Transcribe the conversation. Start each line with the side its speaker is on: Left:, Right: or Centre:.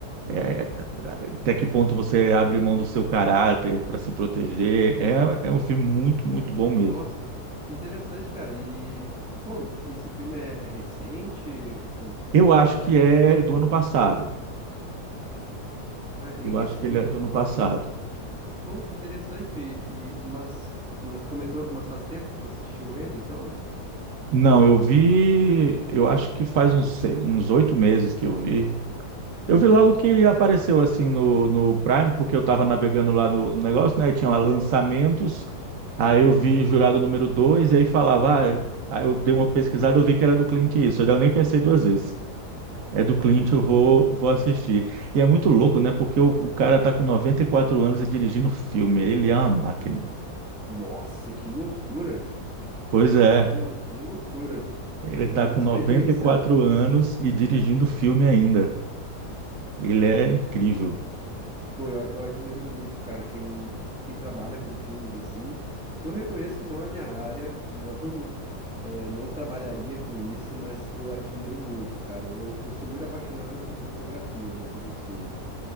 Right: é, até que ponto você abre mão do seu caráter para se proteger. É, é um filme muito, muito bom mesmo.
Centre: Nossa, que interessante, cara. E, pô, esse filme é, é recente? Quando,
Right: Eu
Centre: de quando
Right: acho
Centre: que ele
Right: que
Centre: é?
Right: é do ano passado.
Centre: Ah, é bem
Right: Eu
Centre: recente,
Right: acho que ele é do
Centre: então.
Right: ano passado.
Centre: Pô, que interessante. E, e- mas, mas comentou, mas faz tempo que tu assistiu ele, então?
Right: Não, eu vi, eu acho que faz uns, sei- uns oito meses que eu vi.
Centre: Uhum.
Right: Eu vi logo que apareceu assim no, no Prime, porque eu tava navegando lá no negócio, né? E tinha lá lançamentos. Aí eu vi Jurado número Dois e aí falava, ah, aí eu dei uma pesquisada, eu vi que era do Clint Eastwood. Daí Eu nem pensei duas vezes. É do Clint, eu vou, vou assistir. E é muito louco, né? Porque o, o cara tá com noventa e quatro anos e dirigindo filme. Ele é uma máquina.
Centre: Nossa, que loucura!
Right: Pois é,
Centre: Pô, que loucura.
Right: ele
Centre: É
Right: tá
Centre: muita
Right: com noventa
Centre: experiência,
Right: e quatro
Centre: né?
Right: anos e dirigindo filme ainda. Ele é incrível.
Centre: Pô, eu, eu admiro muito, cara, quem, quem trabalha com filmes assim. Eu reconheço que não é minha área, <laughs> não, é, não trabalharia com isso, mas eu admiro muito, cara. Eu, eu sou muito apaixonado por fotografia dentro dos filmes.